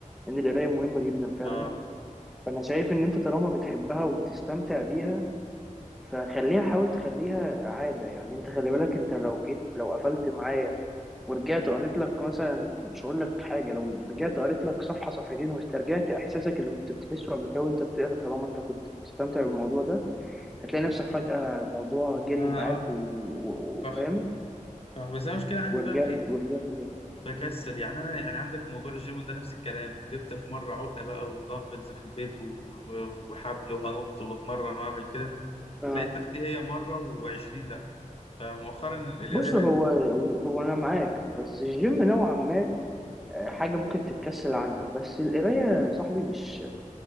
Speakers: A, in the centre; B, on the left.
A: ان القرايه مهمه جدا فعلا
B: اه
A: فانا شايف ان انت طالما بتحبها وبتستمتع بيها فخليها حاول تخليها عاده يعني انت خلي بالك انت لو جيت لو قفلت معايا ورجعت قريت لك مثلا مش هقول لك حاجه لو رجعت قريت لك صفحه صفحتين واسترجعت احساسك اللي كنت بتحسه قبل كده وانت بتقرا طالما انت كنت بتستمتع بالموضوع ده هتلاقي نفسك فجاه الموضوع جري
B: اه
A: معاك
B: آه،
A: و- و- وفاهم
B: صح صح بس انا المشكله عندي
A: ورجعت
B: بقى في ايه
A: ورجعت تاني
B: بكسل
A: مم.
B: يعني انا يعني عندك موضوع الجيم ده نفس الكلام جبت في مره عقله بقى ودمبلز في البيت و- و- وحبل وانط واتمرن واعمل كده
A: آه.
B: لقيت نفسي هي مره و20 لا فمؤخرا القرايه
A: بص
B: بقت
A: هو هو انا معاك بس الجيم نوعا ما آه، حاجه ممكن تتكسل عنها بس القرايه يا صاحبي مش